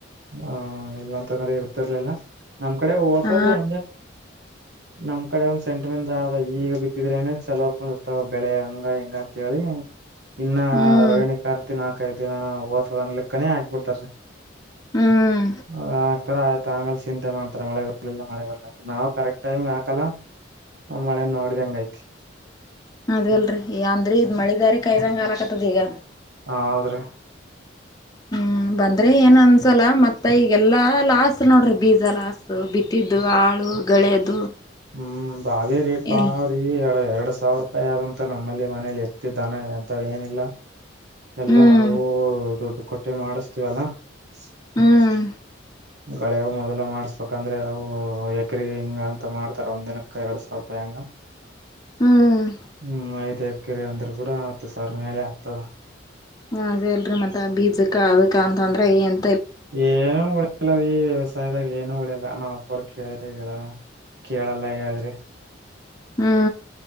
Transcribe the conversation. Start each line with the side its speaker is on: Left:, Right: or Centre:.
Right: ಹಾ ಇಲ್ಲಾಂತಂದ್ರೆ ಇರ್ತಿರ್ಲಿಲ್ಲ ನಮ್ ಕಡೆ ಹೋಗತಾರೀ
Left: ಹಾ
Right: ಹಂಗೇನಿಲ್ಲ. ನಮ್ ಕಡೆ ಒಂದ್ ಸೆಂಟಿಮೆಂಟ್ ಆದ ಈಗ ಬಿತ್ತಿದ್ರೆ ನೇ ಚಲೋ ಕುದುರುತ್ತವ ಬೆಳೆ ಹಂಗ ಹೆಂಗ ಅರ್ತಿ ಇನ್ನ
Left: ಹ್ಮ್
Right: ರೋಹಿಣಿ ಕಾರ್ತಿನ. ಅಕೈ ದಿನ ಓದತದ ಅನ್ಲಿ ಕನೇ ಹಾಕಿಬಿಡುತ್ತಾರೆ.
Left: ಹ್ಮ್
Right: ಹ ತರ. ಆಮೇಲೆ ಚಿಂತೆ ಮಾಡ್ತಾರ ಮಳೆ ಬರ್ಲಿಲ್ಲ ಮಳೆ ಬರ್ಲ್ಲ ಅಂತ ನಾವು ಕರೆಕ್ಟ್ ಟೈಮ್ಗೆ ಹಾಕಲ್ಲ. ಮಳೆ ನೋಡಿದಂಗ ಐತಿ
Left: ಅದ ಅಲ್ರಿ ಅಂದ್ರಿ ಮಳಿ. ದಾರಿ ಕಾಯ್ದಂಗ ಈಗ.
Right: ಹಾ ಹೌದ್ರಿ.
Left: ಹ್ಮ್ ಬಂದ್ರೆ ಏನ್ ಅನ್ಸಲ್ಲ ಮತ್ತ ಈಗೆಲ್ಲಾ ಲಾಸ್ ನೋಡ್ರಿ ಬೀಜ ಲಾಸ್ ಬಿತ್ತಿದ್ದು ಆಳು. ಗಳೆದು
Right: ಹ್ಮ್ ಅವೇ ರೇಟ್ ಬಾಳ
Left: ಎಲ್ಲ
Right: ಅವ್ರೀ ಎರಡ್ ಸಾವಿರ ರೂಪಾಯಿ ಆದಂತ ನಮ್ಮಲ್ಲಿ ಮನೇಲಿ ಎತ್ತತಿದ್ದ್ನ ಅಂತ ಏನಿಲ್ಲ ಎಲ್ಲಾ
Left: ಹ್ಮ್
Right: ನಾವವು ದೊಡ್ ರೊಟ್ಟಿ ಮಾಡಿಸ್ತೀವಲ್ಲಾ ಹ
Left: ಹ್ಮ್
Right: ಗಳೆಾಗ ಮೊದ್ ಮಾಡ್ಸ್ಬೇಕಂದ್ರೆ ಅವು ಎಏಕ್ರ ಹಿಂಗ ಅಂತ ಮಾಡ್ತಾರ ಒಂದ್ ದಿನಕ್ಕ ಎರಡ್ ಸಾವಿರ ರೂಪಾಯಿ ಹಂಗ
Left: ಹ್ಮ್
Right: ಹ್ಮ್ ಆಯ್ತಾಯತ ಕೆರೆ ಅಂದ್ರರು ಕೂಡ ಹತ್ತು ಸಾವರ ಮೇಲೆ ಆಗ್ತವ
Left: ಹ ಅದೇ ಅಲ್ರರಿ ಮತ್ತತ್ ಬೀಜಕ್ಕ ಅದಕ್ಕ ಅಂತಂದ್ರೆ ಏನ್
Right: ಏನು ಉಳಿಯಲ್ಲ ರೀ ವ್ಯವಸಾಯದಾಗ ಏನು ಉಳಿಯದ ನಾವ್ ಪರ್ ಕೇಳಿದ್ರೆ ಹೇಳ ಕೇಳಲ್ಲ ಹೇಳಿದ್ರೆ
Left: ಹ್ಮ